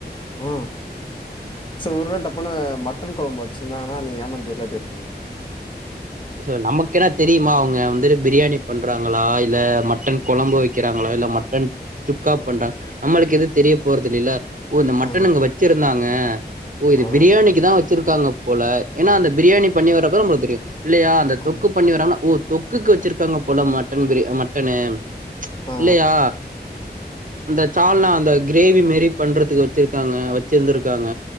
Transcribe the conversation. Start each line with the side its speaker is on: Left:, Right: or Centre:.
Left: ஓ சோ ஒருவேல டப்புன்னு மட்டன் குழம்பு வச்சிருந்தாங்கன்னா நீ ஏமாந்துருவல. வெறுப்பிங்க.
Right: இல்ல நமக்கு என்னா தெரியுமா அவங்க வந்து பிரியாணி பண்றாங்களா இல்ல மட்டன் குழம்பு வைக்கிறாங்களா இல்ல மட்டன் சுக்கா பண்றா நம்மளுக்கு எது தெரிய போறது இல்லல்ல. ஓ இந்த மட்டன்
Left: ஆ
Right: அங்க வச்சிருந்தாங்க. ஓ இது
Left: ஆ
Right: பிரியாணிக்கு தான் வச்சிருக்காங்க. போல ஏன்னா அந்த பிரியாணி பண்ணி வரப்போ நம்மளுக்கு தெரியும். இல்லையா அந்த தொக்கு
Left: ம்
Right: பண்ணி வராங்கன்னா ஓ தொக்குக்கு வச்சிருக்காங்க போல மட்டன் பிரியாணி மட்டனு. இச்
Left: ஆ
Right: இல்லையா. அந்த சால்னா அந்த கிரேவி மேரி பண்றதுக்கு வெச்சுருக்காங்க வெச்சுருந்துருக்காங்க